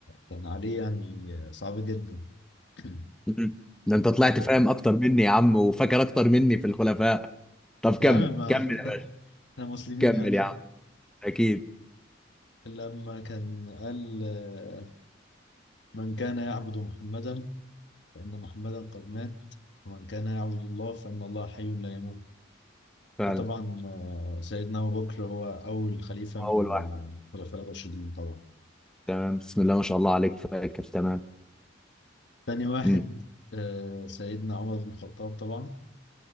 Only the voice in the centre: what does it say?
مم. ده انت طلعت
فاهم اكتر مني يا عم وفاكر اكتر مني في الخلفاء طب كمل
كمل
يا باشا
كمل
يا عم اكيد
فعلا
اول
واحد
تمام بسم الله ما شاء الله عليك فاكر تمام
مم.